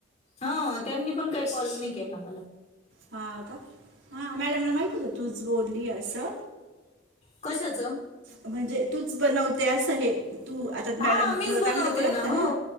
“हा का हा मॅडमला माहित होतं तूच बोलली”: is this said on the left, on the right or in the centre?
Right